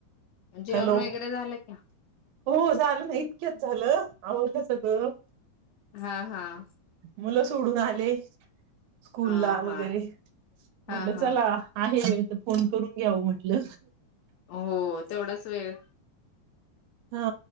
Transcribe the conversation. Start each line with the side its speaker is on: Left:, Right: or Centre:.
Left: जेवण
Right: हॅलो
Left: वगैरे झालं का?
Right: हो झालं ना इतक्यात झालं आवरलं सगळ.
Left: हां हां.
Right: मुलं सोडून आले. स्कूल
Left: अ
Right: ला वगैरे
Left: हा
Right: म्हटलं
Left: हा हा.
Right: चला आहे, तर फोन करून घ्याव म्हटलं.
Left: <unintelligible> थोडाच वेळ
Right: हा